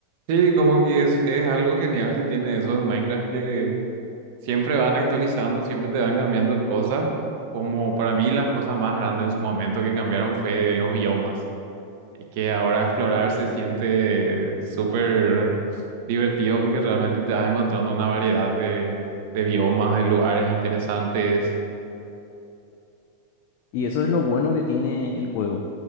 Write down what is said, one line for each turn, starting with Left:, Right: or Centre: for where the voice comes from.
Right: Sí, como que es, es algo genial que tiene eso de Minecraft que siempre van actualizando, siempre te van cambiando cosas. Como para mí las cosas más grandes en su momento que cambiaron fue los biomas. Es que ahora explorar se siente súper divertido porque realmente te vas encontrando una variedad de, de biomas, de lugares interesantes.
Left: Y eso es lo bueno que tiene el juego,